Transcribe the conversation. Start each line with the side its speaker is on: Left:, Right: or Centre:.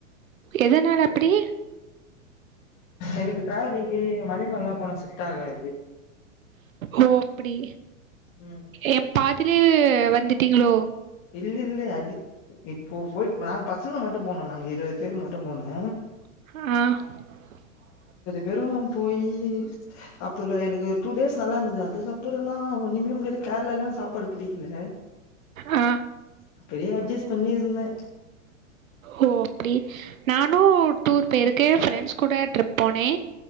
Right: எதனால அப்டி
Left: எனக்கு டிராவலிங்கு மலிமேல்லா போனா செட்டாகாது
Right: ஓ அப்டி
Left: ம்
Right: ஏம் பாதிலே வந்துட்டீங்ளோ
Left: இல்லில்ல அது இப்போ போய் நாங்க பசங்க மட்டும் போனோ நாங்க இருவது பேர் மட்டும் போனோ
Right: ஆ
Left: வெறும் போய் அப்ப இல்ல எனக்கு ஒரு டூ டேஸ் நல்லா இருந்தது அதுக்கப்புறம் எல்லா ஒண்ணுமே முடியல கேரளாலயு சாப்பாடு பிடிக்கல
Right: ஆ
Left: அப்படியே அட்ஜஸ்ட் பண்ணி இருந்தே
Right: சோ அப்படி நானு டூர் போயிருக்கே ஃப்ரெண்ட்ஸ் கூட போனே